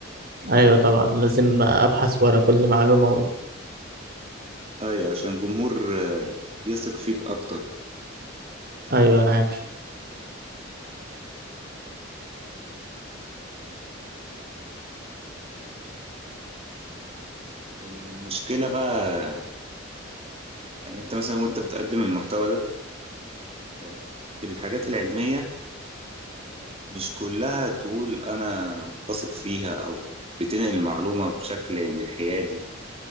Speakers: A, on the right; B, on the right.
A: أيوة طبعا لازم أبحث ورا كل معلومة أقولها
B: ايوه عشان الجمهور آه، يثق فيك اكتر
A: أيوة أنا عارف
B: المشكله بقى يعني انت مثلا وانت بتقدم المحتوى ده آه، الحاجات العلميه مش كلها تقول انا بثق فيها او بتنقل المعلومه بشكل انحيادي